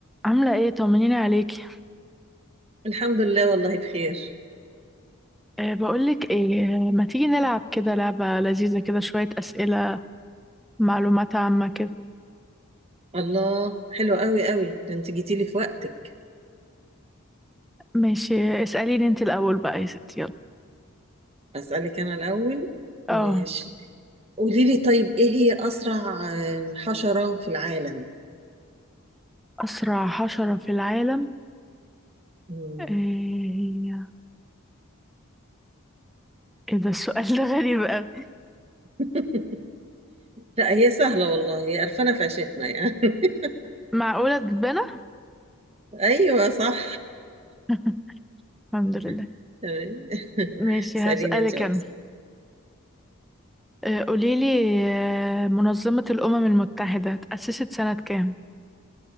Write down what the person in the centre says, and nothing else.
عاملة ايه طمنيني عليكي
أه بقولك ايه آه، ما تيجي نلعب كده لعبة لذيذة كده شوية أسئلة معلومات عامة كده
ماشي اسأليني انت الأول بقى يا ستي يلا
اه
أسرع حشرة في العالم
ايه ايه ده السؤال ده <laughs> غريب أوي
معقولة تتبنى
<laughs> الحمد لله
ماشي
هسألك
أنا آه، قوليلي آه، منظمة الأمم المتحدة اتأسست سنة كام